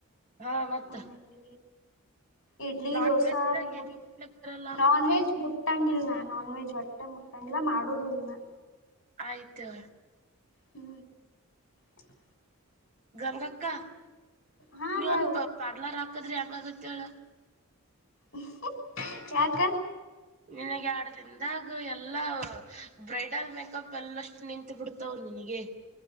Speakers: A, on the right (about 35°); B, on the left (about 55°).
A: ಹಾ ಮತ್ತ
B: ಆಮೇಲೆ ಇಡ್ಲಿ
A: ನಾನ್
B: ದೋಸಾ
A: ವೆಜ್ದಾಗ
B: ಪೂರಿ
A: ಏನ್ ಮಾಡ್ಲಕ್ ಬರಲ್ಲ
B: ನಾನ್ ವೆಜ್. ಮುಟ್ಟಂಗಿಲ್ಲಾ ನಾನ್ ವೆಜ್ ಒಟ್ಟ ಮುಟ್ಟಂಗಿಲ್ಲ ಮಾಡುದು ಇಲನಾ
A: ಆಯತ್ತಳ
B: ಹು ಟಕ್
A: ಗಂಗಕ್ಕಾ
B: ಹಾ
A: ನೀವ
B: ಹೇಳು
A: ಒಂದ ಪ ಪಾಡ್ಲರ್ ಹಾಕದ್ರೆ ಹೆಂಗಗಾಗುತ್ತ ತ್ತಿಲ್ಲ
B: ಹುಕು ಟಕ್ ಯಾಕ್
A: ನಿನಗೆ ಯಾಡದಿಂದಾಗ ಎಲ್ಲಾ ಬ್ರೈಡಲ್ ಮೇಕಪ್ ಎಲ್ಲಷ್ಟು ನಿಂತು ಬಿಡ್ತವ ನಿನಗೆ.